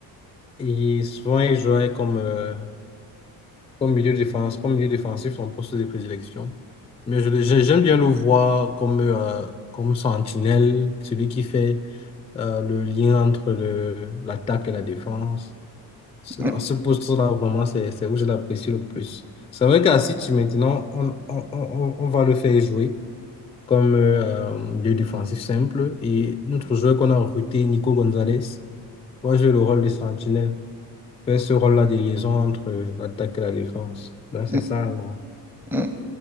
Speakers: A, on the left; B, in the centre.
A: Et souvent, il jouait comme euh, Comme milieu défense, comme milieu défensif, son poste de prédilection. Mais je, le- j'ai- j'aime bien le voir comme, euh, comme sentinelle, celui qui fait euh, le lien entre le, l'attaque et la défense. Ce-
B: Hmm,
A: À ce poste-là, vraiment, c'est, c'est où je l'apprécie le plus. C'est vrai qu'à City, maintenant, on, on, on, on va le faire jouer comme euh, milieu défensif simple. Et notre joueur qu'on a recruté, Nico Gonzalez, va jouer le rôle de sentinelle, faire ce rôle-là de liaison entre l'attaque et la défense. Donc, c'est
B: hmm,
A: ça, en gros.
B: hmm.